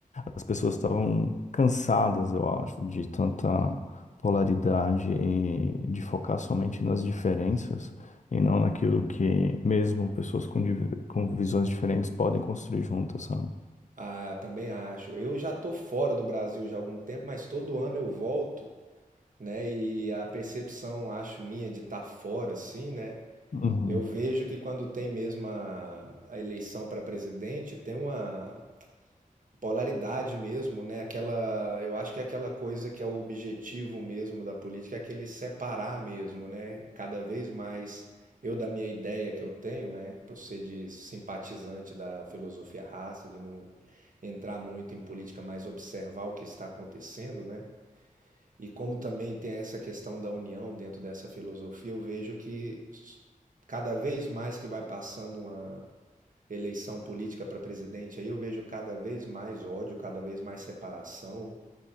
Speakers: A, on the left; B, on the right.
A: As pessoas estavam cansadas, eu acho, de tanta polaridade e de focar somente nas diferenças e não naquilo que mesmo pessoas com, div- com visões diferentes podem construir juntas, sabe?
B: Ah, também acho. Eu já tô fora do Brasil já há algum tempo, mas todo ano eu volto, né? E a percepção, acho minha, de estar fora, assim, né?
A: Uhum.
B: Eu vejo que quando tem mesmo a, a eleição para presidente, tem uma polaridade mesmo, né? Aquela, eu acho que é aquela coisa que é o objetivo mesmo da política, é aquele separar mesmo, né? Cada vez mais eu da minha ideia que eu tenho, né? Por ser de simpatizante da filosofia raça, de não entrar muito em política, mas observar o que está acontecendo, né? E como também tem essa questão da união dentro dessa filosofia, eu vejo que s- cada vez mais que vai passando uma eleição política para presidente, aí eu vejo cada vez mais ódio, cada vez mais separação.